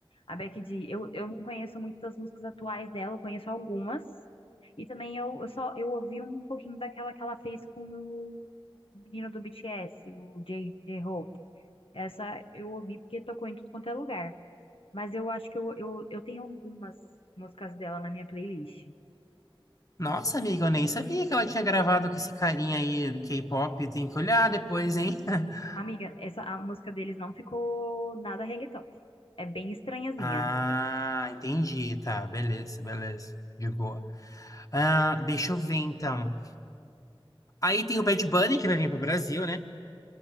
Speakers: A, on the left (about 80°); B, on the left (about 40°).
A: A Becky G, eu, eu não conheço muito das músicas atuais dela, eu conheço algumas. E também eu, eu só eu ouvi um pouquinho daquela que ela fez com o menino do BTS, o J, J-Hope. Essa eu ouvi porque tocou em tudo quanto é lugar. Mas eu acho que eu, eu, eu tenho algumas músicas dela na minha playlist.
B: Nossa, amiga, eu nem sabia que ela tinha gravado com esse carinha aí do K-pop. Tem que olhar depois, hein? <laughs>
A: Amiga, essa, a música deles não ficou nada reggaeton. É bem estranhazinha.
B: Ah, entendi. Tá, beleza, beleza. De boa. Ah, deixa eu ver então. Aí tem o Bad Bunny que vai vir pro Brasil, né?